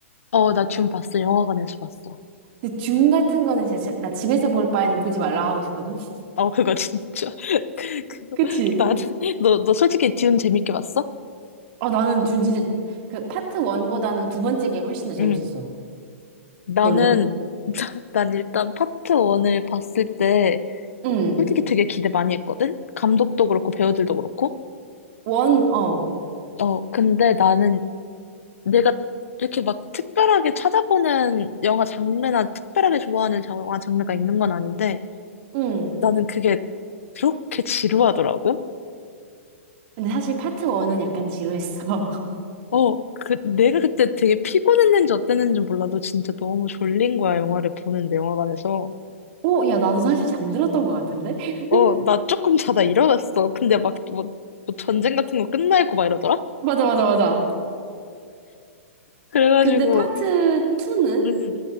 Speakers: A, on the left; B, on the right.
A: 어, 나 줌 봤어. 영화관에서 봤어.
B: 근데 듄 같은 거는 진짜 자- 나 집에서 볼 바에는 보지 말라 하고 싶거든? <laughs>
A: 어, 그거 진짜. <laughs> 그- 그거,
B: 그치?
A: 나는, 너, 너 솔직히 듄 재밌게 봤어?
B: 아 나는 듄 진짜, 그 파트 원보다는두 번째 게 훨씬 더 재밌었어.
A: 응. 나는,
B: 너는?
A: <laughs> 난 일단 파트 1을 봤을 때,
B: 응.
A: 솔직히 되게 기대 많이 했거든? 감독도 그렇고, 배우들도 그렇고.
B: 원, 어.
A: 어, 근데 나는 내가 이렇게 막 특별하게 찾아보는 영화 장르나 특별하게 좋아하는 영화 장르가 있는 건 아닌데
B: 응.
A: 나는 그게 그렇게 지루하더라고.
B: 근데 사실 파트 원은 약간 지루했어. <laughs>
A: 어, 그, 내가 그때 되게 피곤했는지 어땠는지 몰라도 진짜 너무 졸린 거야, 영화를 보는데, 영화관에서.
B: 오, 야, 나도 사실 잠들었던 것 같은데? <laughs>
A: 어, 나 조금 자다 일어났어. 근데 막 뭐, 뭐 전쟁 같은 거 끝나 있고 막 이러더라?
B: 맞아, 맞아, 맞아.
A: 그래가지고,
B: 근데 파트 투는안
A: 음,